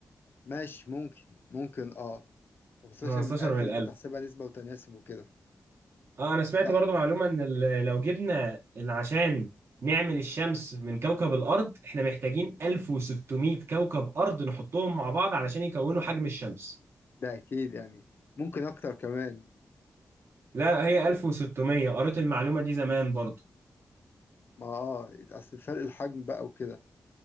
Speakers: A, on the left; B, on the right.
A: ماشي ممكن ممكن اه خمستاشر
B: 15
A: من ألف
B: من
A: لو أنت
B: 1000
A: بتحسبها نسبة وتناسب وكده
B: اه انا سمعت
A: لأ
B: برضو معلومة ان ال- لو جبنا ال- عشان نعمل الشمس من كوكب الارض احنا محتاجين 1600 كوكب ارض نحطهم مع بعض علشان يكونوا حجم الشمس
A: ده أكيد يعني ممكن أكتر كمان
B: لا هي 1600 قريت المعلومة دي زمان برضو
A: ما اه اصل فرق الحجم بقى وكده